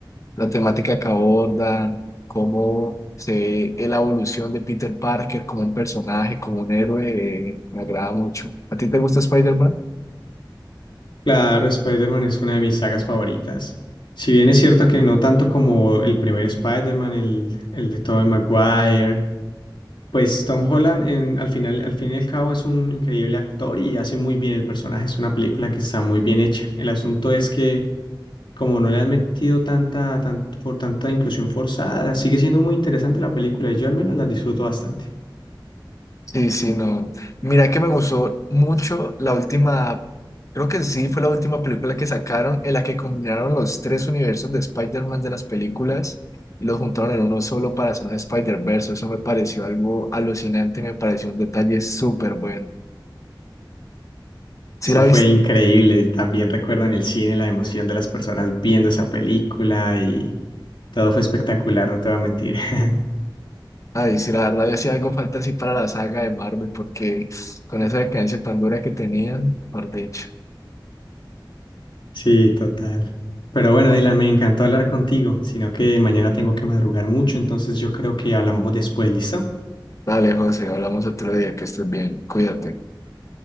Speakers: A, on the left; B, on the left.
A: La temática que abordan, cómo se ve la evolución de Peter Parker como un personaje, como un héroe, eh, me agrada mucho. ¿A ti te gusta Spider-Man?
B: Claro, Spider-Man es una de mis sagas favoritas. Si bien es cierto que no tanto como el primer Spider-Man, el, el de Tobey Maguire, Pues Tom Holland en- al final, al fin y al cabo es un increíble actor y hace muy bien el personaje. Es una película que está muy bien hecha. El asunto es que como no le han metido tanta, tan- for- tanta inclusión forzada, sigue siendo muy interesante la película y yo al menos la disfruto bastante.
A: Sí, sí, no. Mira que me gustó mucho la última, creo que sí fue la última película que sacaron en la que combinaron los tres universos de Spider-Man de las películas y los juntaron en uno solo para hacer un Spider-Verse. Eso me pareció algo alucinante, me pareció un detalle súper bueno. Sí
B: Eso
A: la
B: fue
A: viste,
B: increíble. También recuerdo en el cine la emoción de las personas viendo esa película y todo fue espectacular, no te voy a mentir. <laughs>
A: ay, sí, la verdad, ya hacía algo falta así para la saga de Marvel porque con esa decadencia tan dura que tenían, mejor dicho.
B: Sí, total. Pero bueno, Dylan, me encantó hablar contigo, sino que mañana tengo que madrugar mucho, entonces yo creo que hablamos después, ¿listo?
A: Dale, José, hablamos otro día, que estés bien, cuídate.